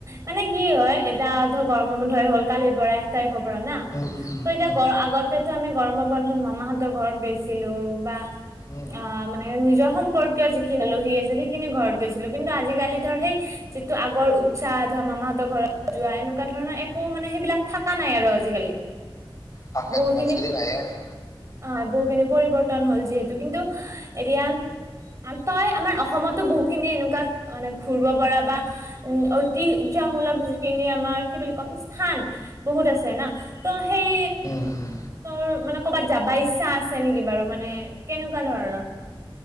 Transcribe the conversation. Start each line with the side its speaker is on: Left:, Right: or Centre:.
Right: মানে কি হয় এতিয়া ধৰ গৰম বোধ হৈ হ'ল কালিৰ বৰা এক তাৰিখ হব। ন
Left: উম উম
Right: ত এতিয়া
Left: উম
Right: গৰ আগতকে। টো আমি গৰমৰ বন্ধত মামাহঁতৰ ঘৰত গৈছিলো বা। অ
Left: উম
Right: মানে নিজৰ সম্পৰ্কীয় যিখিনি আলহী আছিল সেইখিনি ঘৰত গৈছিলো কিন্তু আজিকালি ধৰ সেই যিটো আগৰ উৎসাহ ধৰ মামাহঁতৰ ঘৰত যোৱা এনেকুৱা ধৰণৰ একো মানে সেইবিলাক থকা নাই আৰু আজিকালি।
Left: তাকেতো
Right: বহুখিনি
Left: আজিকালি নাহে আৰু
Right: হয় বহুখিনি পৰিৱৰ্তন হ'ল যিহে কিন্তু এতিয়া তই আমাৰ অসমতো বহুতখিনি এনেকুৱা মানে ঘূৰিব পৰা বা উ ঐতিহ হ্যমূলক যিখিনি আমাৰ কি বুলি ক'ম, স্থান বহুত আছে না, ত হেই
Left: উম উম
Right: ৰ মানে ক'ৰবাত যাবা ইচ্ছা আছে নেকি বাৰু মানে কেনেকুৱা ধৰণৰ?